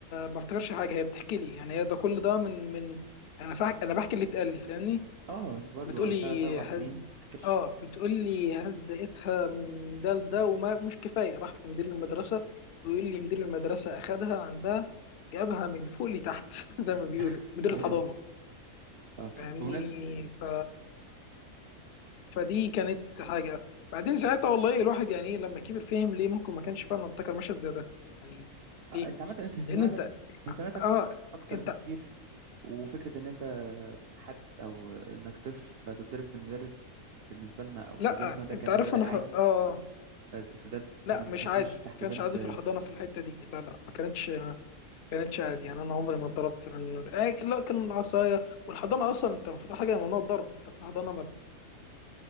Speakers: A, on the left; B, on the right.
A: ما افتكرش حاجه هي بتحكي لي يعني هي ده كل ده من من انا فا... انا بحكي اللي اتقال لي فاهمني
B: اه برضو
A: بتقولي
B: تلات اربع
A: هز
B: سنين ما تفتكرش
A: اه بتقولي هزقتها من ده لده وما مش كفايه راحت لمدير المدرسه ويقول لي مدير المدرسه اخدها عندها جابها من فوق لتحت <laughs> زي ما بيقولوا
B: <laughs>
A: مدير
B: لازم
A: الحضانه
B: اه
A: فاهمني
B: بمناسبة
A: ف فدي كانت حاجه بعدين ساعتها والله الواحد يعني ايه لما كبر فهم ليه ممكن ما كانش فعلا افتكر مشهد زي ده يعني
B: آه،
A: ليه
B: انت عامة انت اهتماماتك
A: لان انت
B: اهتماماتك
A: اه
B: اكتر
A: انت
B: بكتير وفكرة ان انت حد او انك طفل فتتضرب من المدرس بالنسبة لنا او
A: لا
B: لجيلنا ده
A: انت
B: كان
A: عارف
B: هو ده
A: انا
B: العادي
A: ف... اه آه.
B: ف- فده
A: لا
B: احنا ما
A: مش
B: بنحطوش
A: عادي
B: تحت
A: ما كانش
B: بند
A: عادي في الحضانه في الحته دي لا لا ما كانتش كانتش عادي يعني انا عمري ما اتضربت من آه، لا كان العصايه والحضانه اصلا انت المفروض حاجه ممنوع الضرب انت في الحضانه ما